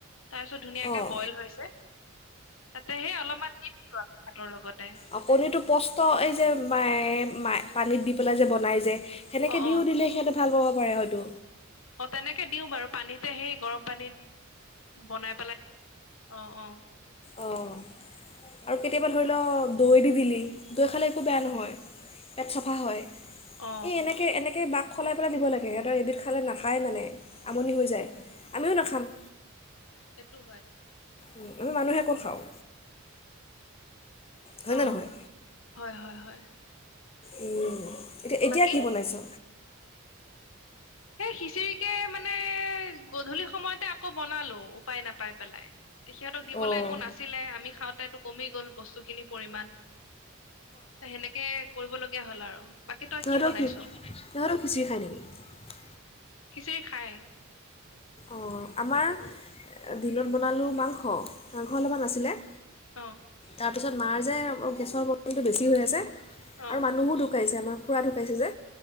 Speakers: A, on the left; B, on the left.
A: তাৰপিছত ধুনীয়াকে
B: অঁ
A: বইল হৈছে। তাতে সেই অলপমান দি দিছো আৰু ভাতৰ লগতে
B: অ' কণীটো পষ্ট এই যে, মাই- মাই পানীত দি পেলাই যে বনাই যে। সেনেকে
A: অ
B: দিও
A: অ
B: দিলে সিহঁতে ভাল পাব। কৰে হয়তো!
A: অ' তেনেকে দিও বাৰু পানীতে সেই গৰম পানীত বনাই পেলাই, অ' অ'
B: অ'। আৰু কেতিয়াবা ধৰি ল দৈ দি দিলি, দৈ খালে একো বেয়া নহয়, পেট চাফা হয়।
A: অ
B: এ এনেকে-এনেকে বাক খলাই পেলাই দিব লাগে, সিহঁতৰ এবিধ খালে নাখায় মানে, আমনি হৈ যায়। আমিও নাখাম।
A: সটো হয়।
B: ওম এ মানুহে কত খাওঁ। হয়নে
A: অ
B: নহয়
A: হয় হয় হয়।
B: উম। এতিয়া এতিয়া
A: বাকী
B: কি বনাইছে।
A: সেই খিচিৰিকে মানে গধূলি সময়তে আকৌ বনালো উপায় নাপাই পেলাই। তেখিহঁতক দিবলৈ
B: অঁ
A: একো নাছিলে আমি খাওঁতে তোক। কমি গ'ল বস্তুখিনি পৰিমাণ। ত সেনেকে কৰিব লগে। এ হ'ল আৰু। বাকী তই
B: নহ
A: কি
B: ৰখি
A: বনাইছ
B: নহ ৰ খিছি খায় নেকি।
A: খিচিৰি খায়।
B: অঁ আমাৰ দিনত বনালোঁ মাংস মাংস অলপমান আছিলে।
A: অ।
B: তাৰপিছত মাৰ যে গেছৰ প্ৰব্লেমটো বেছি হৈ আছে।
A: অ
B: আৰু মানুহো ঢুকাইছে আমা। খুৰা ঢকাইছে যে।